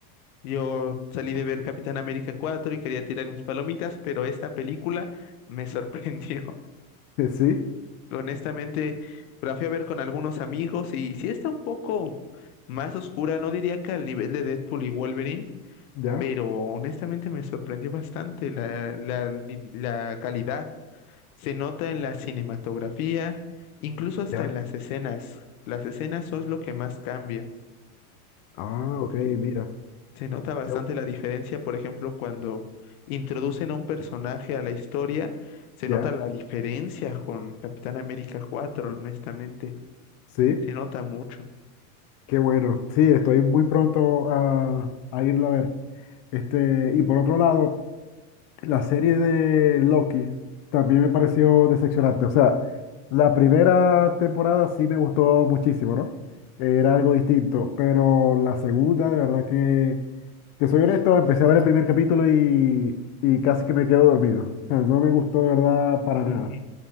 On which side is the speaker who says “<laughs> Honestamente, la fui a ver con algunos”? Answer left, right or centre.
Left